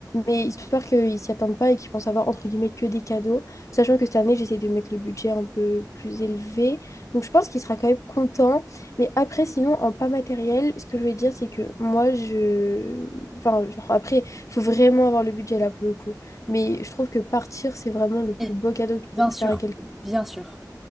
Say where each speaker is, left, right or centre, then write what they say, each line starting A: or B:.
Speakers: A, on the left; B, in the centre.
A: mais histoire qu'ils s'y attendent pas et qu'ils pensent avoir entre guillemets que des cadeaux, sachant que cette année j'essaie de mettre le budget un peu plus élevé, donc je pense qu'il sera quand même content, mais après sinon en pas matériel, ce que je voulais dire c'est que moi je, enfin genre, après il faut vraiment avoir le budget là pour le coup, mais je trouve que partir c'est vraiment le plus
B: oui.
A: beau cadeau que tu
B: Bien
A: peux
B: sûr,
A: faire à quelqu'un.
B: bien sûr.